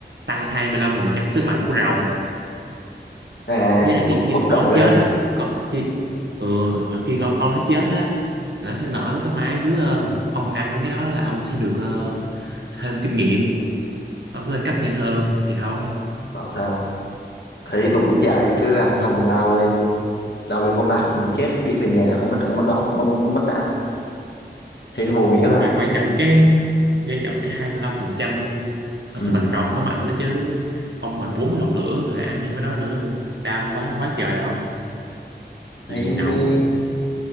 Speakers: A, on the right; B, on the left.
A: tăng 25% sức mạnh của rồng
B: à
A: với lại
B: bốc
A: cái khi
B: bốc
A: mà
B: đồng
A: con nó
B: lên
A: chết
B: nè
A: á con khi ừ, hoặc khi con con nó chết á nó sẽ nở mấy cái hoa ở dưới lên ông ăn mấy cái đó là ông sẽ được ờ, thêm kinh nghiệm ông sẽ lên cấp nhanh hơn thì thôi
B: bảo sao thấy tụi uống dại cứ ăn xong
A: Ừ.
B: mình lao lên lao lên con bát thôi mà chết biến về nhà không mất không mất máu không mất, mất mạng thấy nó vô nghĩa
A: nhưng
B: vãi
A: mà quan trọng cái quan trọng cái 25% ở
B: ừ.
A: sức mạnh rồng mới mạnh đó chứ ông mà 40 rồng lửa mà ăn như cái đó nữa đam quá quá trời không
B: thấy
A: chịu gì
B: mới
A: nổi